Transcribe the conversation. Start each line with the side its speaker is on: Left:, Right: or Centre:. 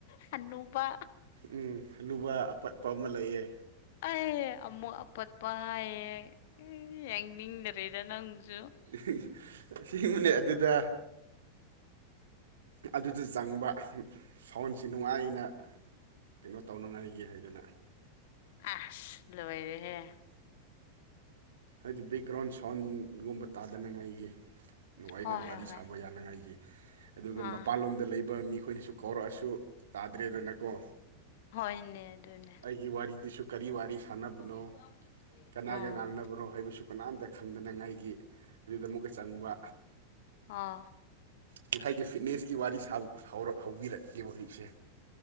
Left: ꯍꯅꯨꯕ
Right: ꯎꯝ ꯍꯅꯨꯕ ꯑꯄꯠꯄ ꯑꯃ ꯂꯩꯌꯦ
Left: ꯑꯩ ꯑꯃꯨꯛ ꯑꯄꯠꯄ ꯍꯥꯏꯌꯦ ꯌꯦꯡꯅꯤꯡꯗꯔ‌ꯦꯗ ꯅꯪꯁꯨ
Right: <unintelligible> ꯑꯁꯦꯡꯕꯅꯦ ꯑꯗꯨꯗ ꯑꯗꯨꯗ ꯆꯪꯕ ꯁꯥꯎꯟꯁꯤ ꯅꯨꯡꯉꯥꯏꯅ ꯀꯩꯅꯣ ꯇꯧꯅꯉꯥꯏꯒꯤ ꯍꯥꯏꯗꯅ
Left: ꯑꯁ ꯂꯣꯏꯔꯦꯍꯦ
Right: ꯍꯥꯏꯗꯤ ꯕꯦꯛꯒ꯭ꯔꯥꯎꯟ ꯁꯥꯎꯟꯒꯨꯝꯕ ꯇꯥꯗꯅꯉꯥꯏꯒꯤ ꯅꯨꯉꯥꯏꯅ
Left: ꯍꯣꯏ
Right: ꯋꯥꯔꯤ
Left: ꯍꯣꯏ ꯍꯣꯏ
Right: ꯁꯥꯕ ꯌꯥ ꯅꯉꯥꯏꯒꯤ ꯑꯗꯨꯒ
Left: ꯑꯥ
Right: ꯃꯄꯥꯟꯂꯣꯝꯗ ꯂꯩꯕ ꯃꯤꯈꯣꯏꯅꯁꯨ ꯀꯧꯔꯛꯑꯁꯨ ꯇꯥꯗ꯭ꯔꯦꯗꯅꯀꯣ
Left: ꯍꯣꯏꯅꯦ ꯑꯗꯨꯅꯦ
Right: ꯑꯩꯒꯤ ꯋꯥꯔꯤꯗꯨꯁꯨ ꯀꯔꯤ ꯋꯥꯔꯤ ꯁꯥꯟꯅꯕꯅꯣ
Left: ꯑꯥ
Right: ꯀꯅꯥꯒ ꯉꯥꯡꯅꯕꯅꯣ ꯍꯩꯕꯁꯨ ꯀꯅꯥꯝꯇ ꯈꯪꯗꯅꯉꯥꯏꯒꯤ ꯑꯗꯨꯗ ꯑꯃꯨꯛꯀ ꯆꯪꯕ
Left: ꯑꯥ
Right: ꯉꯁꯥꯏꯒꯤ ꯐꯤꯠꯅꯦꯁꯀꯤ ꯋꯥꯔꯤ ꯁꯥꯕ ꯍꯧꯕꯤꯔꯛꯀꯦꯕ ꯍꯧꯖꯤꯛꯁꯦ